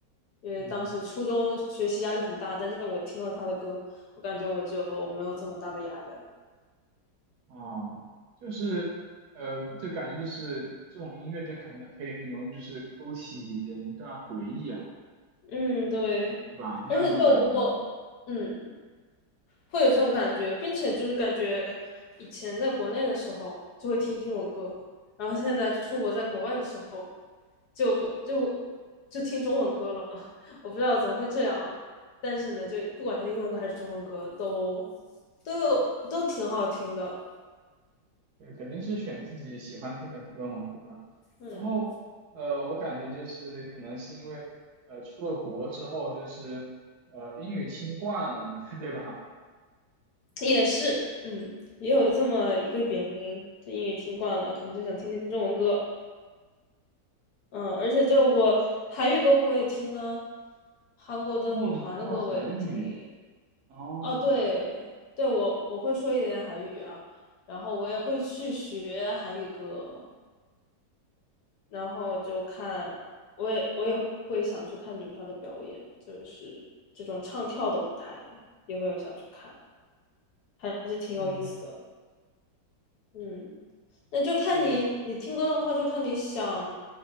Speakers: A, on the left; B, on the right.
A: 因为当时初中学习压力很大，
B: 嗯。
A: 但是我听了他的歌，我感觉我就没有这么大的压力了。
B: 哦，就是，嗯，就感觉就是这种音乐，就可能可以很容易就是勾起人一段回忆啊，
A: 嗯，对，
B: 对吧？你有这种感觉吗？
A: 而且就我，嗯，会有这种感觉，并且就是感觉以前在国内的时候就会听英文歌，然后现在出国在国外的时候就就就听中文歌了。我不知道怎么会这样啊，但是呢，就不管是英文歌还是中文歌，都都有都挺好听的。
B: 对，肯定是选自己喜欢听的歌嘛，对吧？
A: 嗯，
B: 然后，呃，我感觉就是可能是因为，呃，出了国之后就是，呃，英语听惯了，<laughs> 对吧？
A: 也是，嗯，也有这么一个原因，就英语听惯了，可能就想听听中文歌。嗯，而且就我韩语歌我也听啊，韩国的女团的歌我也听。
B: 哦，你还会韩语，哦，
A: 哦，对对，我我会说一点点韩语啊，然后我也会去学韩语歌。然后就看，我也我也会想去看女团的表演，就是这种唱跳的舞台也会有想去看，还是挺有意思的。
B: 嗯，
A: 嗯，那就看你你听歌的话，
B: 就
A: 就看你想